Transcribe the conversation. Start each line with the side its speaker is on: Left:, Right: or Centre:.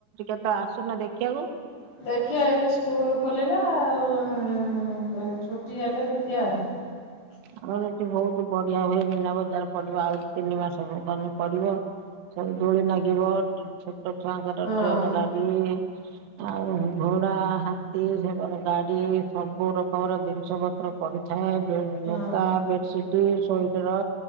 Right: ତ ଆସୁନ ଦେଖିବାକୁ।
Left: ହଁ ଦେଖିଆ ଏବେ ସ୍କୁଲ ଖୋଲିଲା ଆଉ ଛୁଟି ହେଲେ ଦେଖିବା ଆଉ। ଆଛା
Right: ଆମର ଏଠି ବୋହୁତ ବଢିଆ ହୁଏ। ମିନା ବଜାର ପଡିବ ଆଉ ତିନି ମାସ ଭୁବନରେ ପଡିବ। ସବୁ ଦୋଳି ନାଗିବ ଛୋଟ ଛୁଆଙ୍କର
Left: ଆଉ।
Right: ଟ୍ରେନ ଗାଡି ଆଉ ଘୋଡା ହାତୀ ସେମାନେ ଗାଡି ସବୁ ରକମର ଜିନିଷ ପତ୍ର ପଡିଥାଏ ବେ
Left: ହଁ
Right: ଲୁଗା ବେଡସିଟ ସୁଇଟର